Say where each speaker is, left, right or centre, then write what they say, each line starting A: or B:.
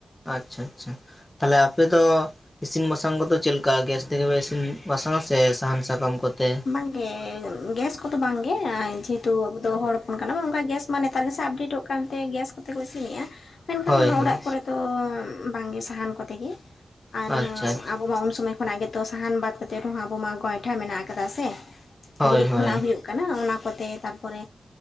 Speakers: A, on the left; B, on the left.
A: ᱟᱪᱪᱷᱟ ᱟᱪᱪᱷᱟ ᱛᱟᱦᱚᱞᱮ ᱟᱯᱮ ᱫᱚ ᱤᱥᱤᱱ ᱵᱟᱥᱟᱝ ᱠᱚᱫᱚ ᱪᱮᱫ ᱞᱮᱠᱟ ᱜᱮᱥ ᱛᱮᱜᱮ ᱯᱮ ᱤᱥᱤᱱ ᱵᱟᱥᱟᱝᱼᱟ ᱥᱮ ᱥᱟᱦᱟᱱ ᱥᱟᱠᱟᱢ ᱠᱚᱛᱮ?
B: ᱵᱟᱝᱜᱮ ᱜᱮᱥ ᱠᱚᱫᱚ ᱵᱟᱝᱜᱮ ᱡᱮᱦᱮᱛᱩ ᱟᱵᱚ ᱫᱚ ᱦᱚᱲ ᱦᱚᱯᱚᱱ ᱠᱟᱱᱟᱵᱚᱱ ᱚᱱᱠᱟ ᱜᱮᱥ ᱢᱟᱱᱮ ᱱᱮᱛᱟᱨ ᱜᱮᱥᱮ ᱟᱯᱰᱮᱴᱚᱜ ᱠᱟᱱᱛᱮ ᱜᱮᱥ ᱠᱚᱛᱮ ᱠᱚ ᱤᱥᱤᱱᱮᱜᱼᱟ ᱢᱮᱱᱠᱷᱟᱱ
A: ᱦᱳᱭ ᱦᱳᱭ
B: ᱚᱲᱟᱜ ᱠᱚᱨᱮ ᱫᱚ ᱵᱟᱝᱜᱮ ᱥᱟᱦᱟᱱ ᱠᱚᱛᱮ ᱜᱮ ᱟᱨ
A: ᱟᱪᱪᱷᱟ ᱟᱪᱪᱷᱟ
B: ᱟᱵᱚ ᱢᱟ ᱩᱱ ᱥᱚᱢᱚᱭ ᱠᱷᱚᱱᱟᱜ ᱜᱮᱛᱚ ᱥᱟᱦᱟᱱ ᱵᱟᱫ ᱠᱟᱛᱮᱫ ᱨᱮᱦᱚᱸ ᱟᱵᱚ ᱢᱟ ᱜᱚᱭᱴᱷᱟ ᱢᱮᱱᱟᱜ ᱟᱠᱟᱫᱟ ᱥᱮ
A: ᱦᱳᱭ
B: ᱜᱩᱨᱤᱡ
A: ᱦᱳᱭ
B: ᱠᱷᱚᱱᱟᱜ ᱦᱩᱭᱩᱜ ᱠᱷᱚᱱᱟ ᱦᱩᱭᱩᱜ ᱠᱟᱱᱟ ᱚᱱᱟ ᱠᱚᱛᱮ ᱛᱟᱨᱯᱚᱨᱮ